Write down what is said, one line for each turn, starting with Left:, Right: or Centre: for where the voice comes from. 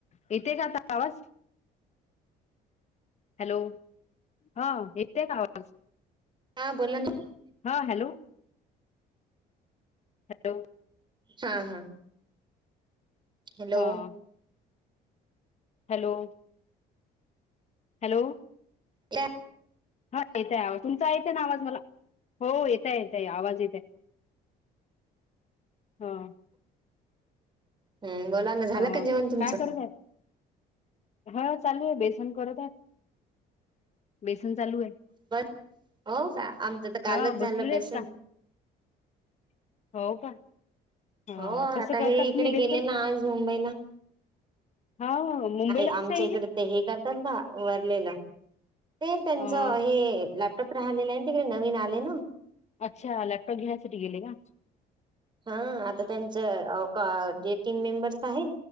Left: येते का आता आवास? हॅलो! हा येत का? आवाज...
Right: हा बोला ना?
Left: हां हॅलो! हॅलो!
Right: हा.. हा.. हॅलो
Left: हा'. हॅलो! 'हॅलो.
Right: या.
Left: हा येतय, आवाज तुमचा येतेय ना? आवाज मला. हो येतय, येतय, आवाज येतय हा.
Right: हम् बोला ना झालं
Left: हो
Right: का जेवण तुमचं
Left: काय करताय? हा चालू आहे. बेसन करत आहे, बेसन चालू आहे.
Right: बस, हो का? आमचं तर कालच
Left: हा बसलेले
Right: झालं. बेसन
Left: आहेत का हो का? हा
Right: हो
Left: कसं
Right: आता
Left: करतात
Right: हे इकडे
Left: तुम्ही
Right: गेले,
Left: बेसन
Right: ना आज मुंबईला.
Left: हा मुंबईला
Right: नाही, आमच्या
Left: कसं येईल
Right: इकडे तर हे ता ा वरलेलं ते त्यांच
Left: अ
Right: हे 'लॅप' कपडा आलेला आहे. तिकडे नवीन आले ना?
Left: अच्छा 'लॅपटॉप घेण्यासाठी' गेले का.
Right: हा आता त्यांच हाव का जे टीम मेंबर्स त आहेत.